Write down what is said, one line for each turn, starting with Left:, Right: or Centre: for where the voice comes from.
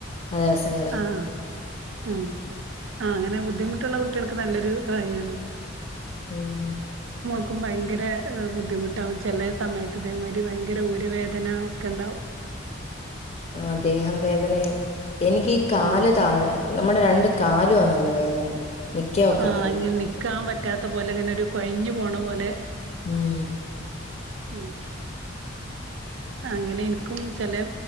Left: ആ ദിവസങ്ങളിൽ.
Right: ആഹ ഉ ആ അങ്ങനെ ബുദ്ധിമുട്ടുള്ള കുട്ടികൾക്ക് നല്ലൊരു കാര്യമാണ്
Left: ഉം
Right: ക്കും ഭയങ്കര ബുദ്ധിമുട്ടാവും ചെല സമയത്ത് ഇതേമാതിരി ഭയങ്കര ഊരവേദന ഒക്കെ ഉണ്ടാവും
Left: ആ ദേഹം വേദനയും എനിക്ക് ഈ കാല്
Right: ഉം
Left: താഴെ നമ്മുടെ രണ്ട് കാലുവാ നല്ല വേദന നിക്കാൻ ഒക്കത്തില്ല
Right: ആഹ ഇങ്ങനെ നിക്കാൻ പറ്റാത്ത പോലെ അങ്ങനെ ഒരു കൊഴഞ്ഞു പോണ പോലെ
Left: ഉം
Right: ആഹ് അങ്ങനെ എനിക്കും ചെില